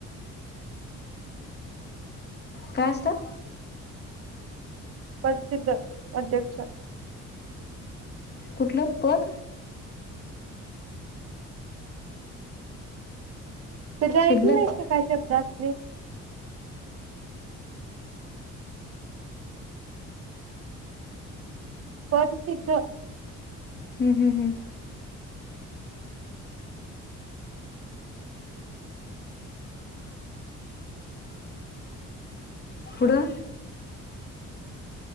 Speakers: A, on the left; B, on the right.
A: का असत
B: प्रसिद्ध अध्यक्ष
A: कुठलं पद
B: त ऐकल
A: शिल्लक
B: नाहीत काय शब्दात ह् प्रसिद्ध
A: हम्म हम्म हम्म पुढं